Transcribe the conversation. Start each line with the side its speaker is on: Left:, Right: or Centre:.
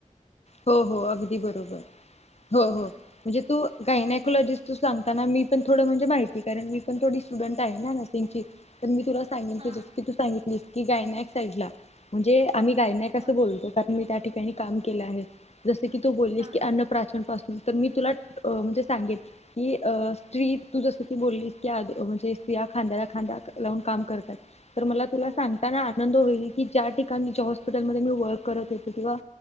Left: हो हो अगदी बरोबर, हो हो.
Right: हां
Left: म्हणजे तू गायनायकोलॉजिस्ट तू सांगताना मी पण थोडं म्हणजे माहिती करेण, मी पण थोडी स्टुडंट आहे ना त्यात तेंच की, तर मी तुला सांगिन
Right: हां
Left: की जी, की तू सांगितली की गायनॅक साईडला, म्हणजे आम्ही गायनॅक
Right: हां
Left: असं बोलतो कारण मी त्या ठिकाणी काम केलं आहे, जसं की तू बोललीस
Right: हां
Left: की अन्नप्राशन पासून तर मी तुला, अ म्हणजे सांगेन कि अ, स्त्री तू जसं की बोललीस की म्हणजे स्त्रिया खांद्याला खांदा लावून काम करतायेत. तर मला तुला
Right: हो
Left: सांगताना आनंद आनंद होईल की ज्या ठिकाणी हॉस्पिटल मी वर्क करत होते, किंवा